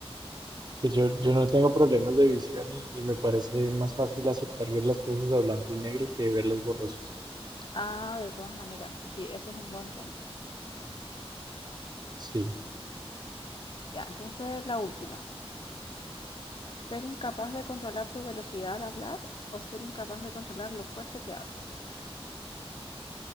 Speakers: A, on the right (about 40°); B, on the left (about 50°).
A: Que yo, yo no tengo problemas de visión y, y me parece más fácil aceptar ver las cosas a blanco y negro que verlas borrosas.
B: Ah, de todas maneras, sí, ese es un buen punto.
A: Sí,
B: Ya, entonces la última. Ser incapaz de controlar tu velocidad al hablar o ser incapaz de controlar lo fuerte que hablas.